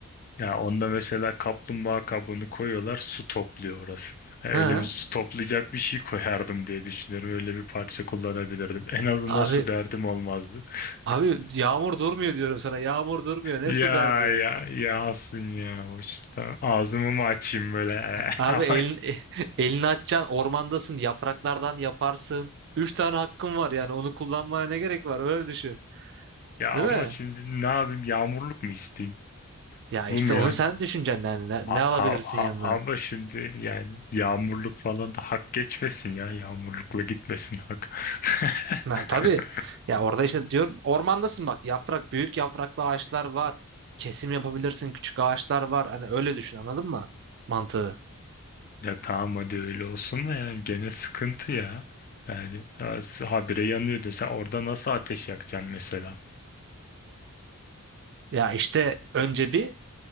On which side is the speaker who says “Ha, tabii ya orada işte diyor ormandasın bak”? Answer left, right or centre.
Right